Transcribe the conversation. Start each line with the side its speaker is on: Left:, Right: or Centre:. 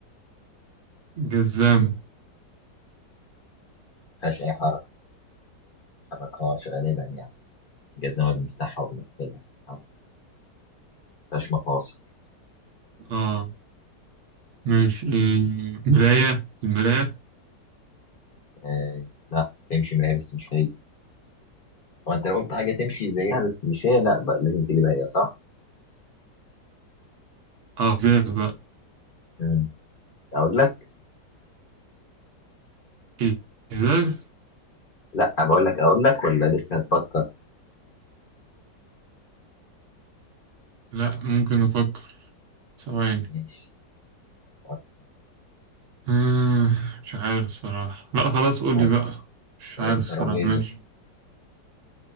Right: جزام
Left: فيهاش أي حركة ما بتتحركهاش غالبا يعني جزمة بنفتحها وبنقفلها ما فيهاش مفاصل
Right: آه ماشي إيه مراية المراية
Left: آه لا تمشي من هي بس مش هي هو انت لو قلت حاجة تمشي زيها بس مش هي لا بقى لازم تجيبها هي صح؟
Right: آه إزاز بقى
Left: مم. أقول لك
Right: إيه إزاز
Left: لا بقول لك أقول لك ولا لسه هتفكر
Right: لأ ممكن أفكر ثواني
Left: ماشي فكر،
Right: آه مش عارف صراحة لأ خلاص قولي
Left: فكر.
Right: بقى مش
Left: الترابيزة
Right: عارف الصراحة ماشي